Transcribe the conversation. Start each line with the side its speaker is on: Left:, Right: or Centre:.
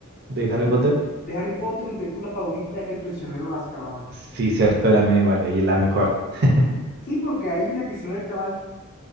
Right: de Harry Potter?
Left: em, de Harry Potter, mi película favorita es El prisionero de Azkaban.
Right: Sí, cierto, la me igual, y la mejor. <laughs>
Left: Sí, porque ahí en El prisionero de Azkaban